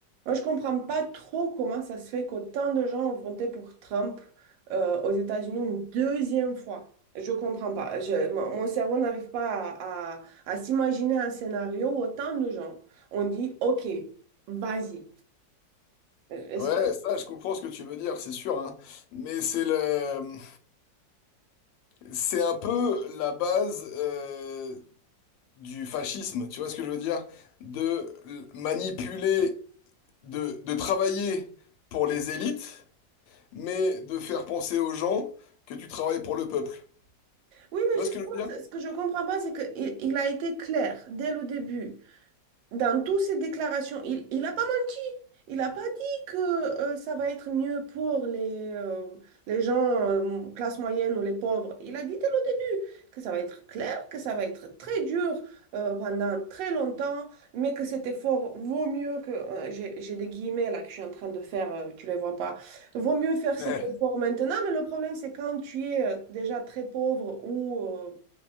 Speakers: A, on the right (about 85°); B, on the left (about 80°).
A: Moi, je comprends pas trop comment ça se fait qu'autant de gens ont voté pour Trump euh, aux États-Unis une deuxième fois. Je comprends pas. Je- mon mon cerveau n'arrive pas à, à- à s'imaginer un scénario où autant de gens ont dit, OK, vas-y. Euh, Est-ce
B: Ouais,
A: que-
B: ça, je comprends ce que tu veux dire, c'est sûr, hein. Mais c'est le, c'est un peu la base euh, du fascisme, tu vois ce que je veux dire? De l- manipuler, de, de travailler pour les élites, mais de faire penser aux gens que tu travailles pour le peuple.
A: Oui,
B: Tu
A: mais
B: vois
A: justement,
B: ce que je veux dire?
A: ce ce que je comprends pas, c'est qu'il il il a été clair dès le début. dans toutes ses déclarations, il, il a pas menti. Il n'a pas dit que euh, ça va être mieux pour les, euh, les gens euh, classe moyenne ou les pauvres. Il a dit dès le début que ça va être clair, que ça va être très dur euh, pendant très longtemps, mais que cet effort vaut mieux que... euh, j'ai, j'ai des guillemets là que je suis en train de faire, euh, tu les vois pas. Vaut mieux faire cet
B: Ouais.
A: effort maintenant, mais le problème c'est quand tu es euh, déjà très pauvre ou euh,